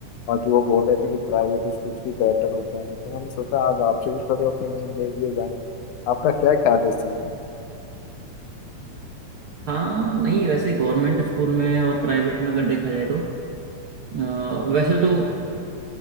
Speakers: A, on the left (about 80°); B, on the right (about 70°).
A: बाकी वो बोल रहे थे कि प्राइवेट स्कूल भी बेटर होते हैं तो मैंने सोचा आज आपसे ही थोड़े ओपिनियन दे दिए जाए आपका क्या ख्याल है इस चीज़ में
B: हाँ नहीं वैसे गवर्नमेंट स्कूल में और प्राइवेट में अगर देखा जाए तो अ, वैसे तो